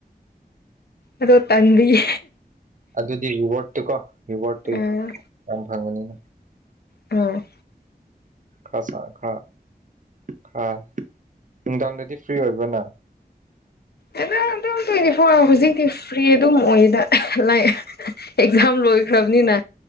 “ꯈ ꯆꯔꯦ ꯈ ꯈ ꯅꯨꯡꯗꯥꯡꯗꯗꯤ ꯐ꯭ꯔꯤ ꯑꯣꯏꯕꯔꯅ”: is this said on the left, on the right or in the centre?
Right